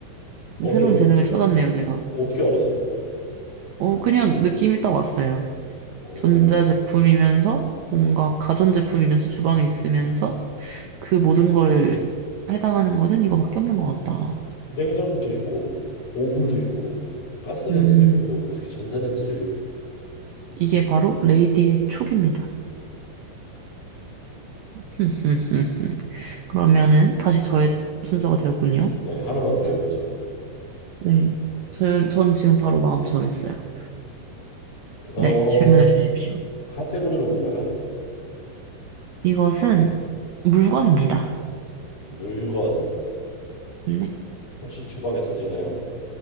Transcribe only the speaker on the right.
새로운
재능을 찾았네요, 제가.
어, 그냥 느낌이 딱 왔어요.
전자 제품이면서 뭔가 가전 제품이면서 주방에 있으면서 그 모든 걸 해당하는 거는 이거밖에 없는 것 같다.
음,
이게 바로 레이디의 촉입니다. <laughs> 그러면은 다시
저의 순서가 되었군요.
네. 저 전 지금 바로 마음 정했어요.
네, 질문을 주십시오.
이것은 물건입니다.
네.